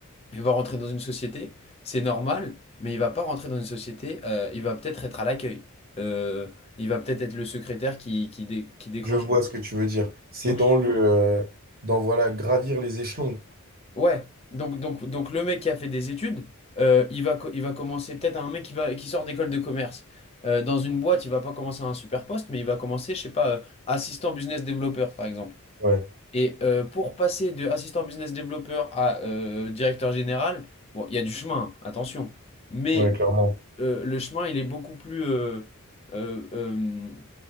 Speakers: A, on the left; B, on the right.
A: Il va rentrer dans une société, c'est normal, mais il va pas rentrer dans une société, euh, il va peut-être être à l'accueil. Euh, il va peut-être être le secrétaire qui, qui, dé- qui décroche.
B: je vois ce que tu veux dire. C'est
A: Donc,
B: dans le, euh, dans, voilà, gravir les échelons.
A: ouais, donc, donc, donc le mec qui a fait des études, euh, il va, co- il va commencer peut-être à un mec qui, va, qui sort d'école de commerce. Euh, dans une boîte, il va pas commencer à un super poste, mais il va commencer, je sais pas, euh, assistant business développeur, par exemple.
B: Ouais,
A: Et euh, pour passer de assistant business développeur à euh, directeur général, bon, il y a du chemin, hein, attention. Mais
B: ouais, clairement.
A: euh, le chemin, il est beaucoup plus euh, euh, euh,